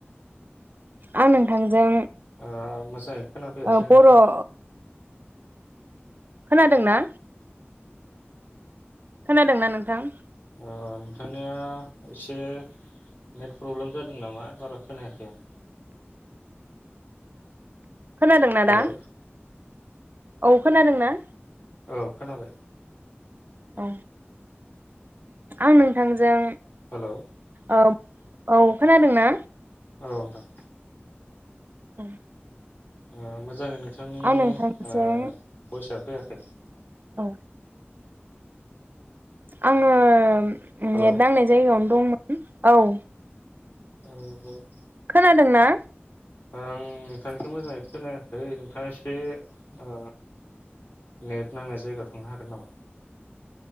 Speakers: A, on the right; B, on the left.
A: आं नोंथांजों
B: ओ मोजाङै खोनाफैयासै
A: ओ
B: आं
A: बर'
B: नोंथां।
A: औ खोनादों ना? खोनादोंना नोंथां?
B: अ नोंथांनिया एसे नेट प्रब्लेम जादों नामा बारा खोनायाखै आं।
A: खोनादोंना
B: हेलौ
A: दा औ खोनादोंना?
B: औ खोनाबाय।
A: औ आं नोंथांजों
B: हेल'
A: औ औ खोनादों ना?
B: औ नोंथां।
A: औ।
B: ओ मोजांयै नोंथां ओ
A: आं नोंथांजों
B: भइसा फैयाखै। <inaudible>
A: औ। आङो
B: हेलौ
A: नेट नांनाय जायगायावनो दंमोन औ।
B: <unintelligible>
A: खोनादों ना?
B: आं नोंथांनिखौ मोजाङै खोनायाखै नोंथाङा एसे ओ नेट नांनाय जायगायाव थांनो हागोन नामा?